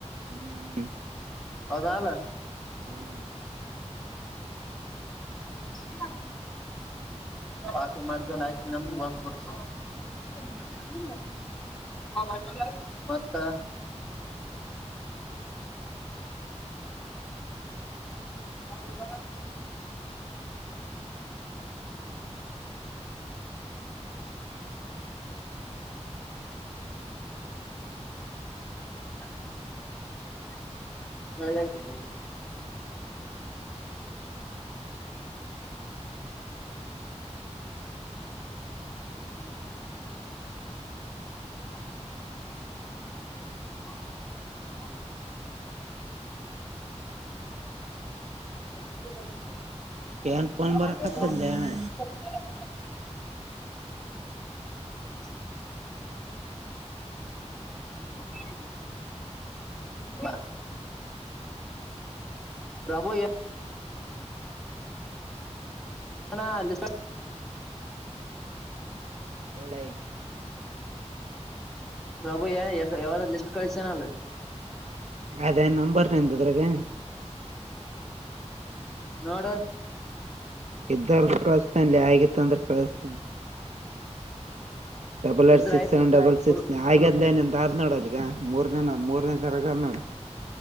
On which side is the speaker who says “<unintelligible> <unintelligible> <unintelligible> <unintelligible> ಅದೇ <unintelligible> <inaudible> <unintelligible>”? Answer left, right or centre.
Centre